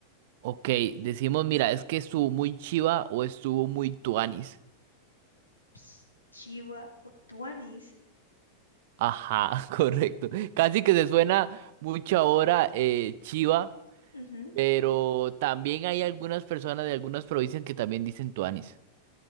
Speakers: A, on the right (about 50°); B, on the left (about 80°).
A: Ok, decimos, mira, es que estuvo muy chiva o estuvo muy tuanis.
B: Ps, Chiva o tuanis.
A: Ajá, <laughs> correcto. Casi que se suena mucho ahora eh, chiva,
B: Ujú.
A: pero también hay algunas personas de algunas provincias que también dicen tuanis.